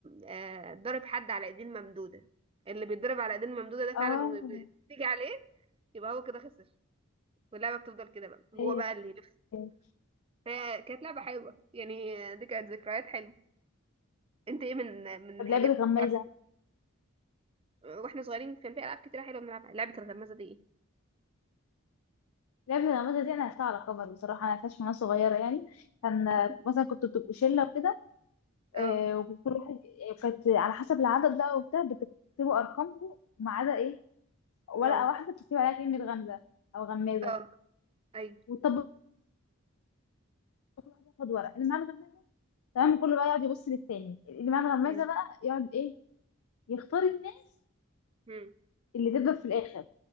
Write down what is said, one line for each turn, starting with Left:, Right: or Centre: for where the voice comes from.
Right: آه ضارب حد على ايدين ممدودة اللي بيتضرب على ايدين ممدودة ده فعلا
Left: اه
Right: وبتيجي عليه يبقى هو كده خسر واللعبة بتفضل كده بقى هو
Left: ايوه
Right: بقى اللي يلف
Left: أيوه.
Right: هي كانت لعبة حلوة يعني دي كانت ذكريات حلوة انت ايه من من
Left: طب
Right: الحاجات
Left: لعبة الغمازة
Right: بتاعت واحنا صغيرين كان في العاب كتير حلوة بنلعبها لعبة الغمازة دي ايه
Left: لعبة الغمازة دي أنا لعبتها على كبر بصراحة أنا لعبتهاش من وأنا صغيرة يعني كان آه،
Right: <laughs>
Left: مثلا كنت بتبقوا شلة وكده
Right: اه
Left: آه، وكل واحد كانت على حسب العدد بقى وبتاع بتكتبوا أرقامكم وما عدا إيه ورقة
Right: اه
Left: واحدة بتكتب عليها كلمة غمزة أو غمازة
Right: اه ايوه
Left: وتطبق كل واحد ياخد ورقة اللي معاه الغمازة تمام كله بقى يقعد يبص للتاني اللي معاه الغمازة
Right: امم
Left: بقى يقعد إيه يختار الناس
Right: امم
Left: اللي تفضل في الآخر